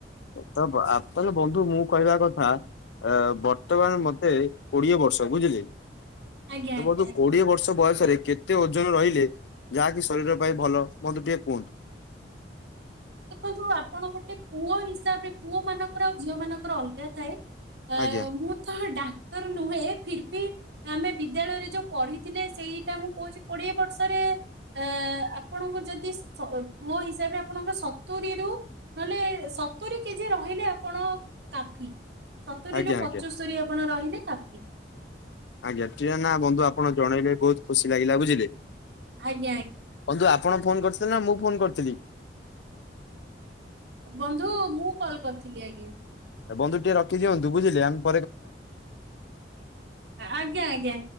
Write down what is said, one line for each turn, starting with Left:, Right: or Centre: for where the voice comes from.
Left: ତା ତାହେଲେ ବନ୍ଧୁ ମୁଁ କହିବା କଥା ଅ ବର୍ତ୍ତମାନ ମତେ କୋଡିଏ ବର୍ଷ ବୁଝିଲେ।
Right: ଆଜ୍ଞା
Left: ଏ <unintelligible>
Right: ଆଜ୍ଞା ଆଜ୍ଞା।
Left: କୋଡିଏ ବର୍ଷ ବୟସ କେତେ ଓଜନ ରହିଲେ ଯାହାକି ଶରୀର ପାଇଁ ଭଲ ମତେ ଟିକେ <unintelligible>
Right: ଦେଖନ୍ତୁ ଆପଣ ଗୋଟେ ପୁଅ ହିସାବରେ ପୁଅ ମାନଙ୍କର ଆଉ ଝିଅ ମାନଙ୍କର ଅଲଗା ଥାଏ। ଅ
Left: ଆଜ୍ଞା
Right: ମୁଁ ତ ଡା ନୁହେଁ ଫିର୍ ବି ଆମେ ବିଦ୍ୟାଳୟରେ ଯୋଉ ପଢିଥିଲେ ସେଇଟା ମୁଁ କୋହୁଚି କୋଡିଏ ବର୍ଷରେ ଅ ଆପଣଙ୍କୁ ଯଦି ସ ମୋ ହିସାବରେ ଆପଣଙ୍କ ସତୁରୀ ରୁ ନହେଲେ ସତୁରି କେଜି ରହିଲେ ଆପଣ କାଫି। ସତରିରୁ
Left: ଆଜ୍ଞା
Right: ପଞ୍ଚସ୍ତରୀ
Left: ଆଜ୍ଞା
Right: ଆପଣ ରହିଲେ କାଫି।
Left: ଆଜ୍ଞା ଟ ନା ବନ୍ଧୁ ଆପଣ ଜଣେଇଲେ ବୋହୁତ ଖୁସି ଲାଗିଲା ବୁଝିଲେ।
Right: ଆଜ୍ଞା ଆଜ୍ଞା।
Left: ବନ୍ଧୁ ଆପଣ ଫୋନ କରିଥିଲେ ନା ମୁଁ ଫୋନ କରିଥିଲି?
Right: ବନ୍ଧୁ ମୁଁ କଲ୍ କରିଥିଲି ଆଜ୍ଞା।
Left: ବନ୍ଧୁ ଟିକେ ରଖିଦିଅନ୍ତୁ ଯେ
Right: ଆଜ୍ଞା ଆଜ୍ଞା।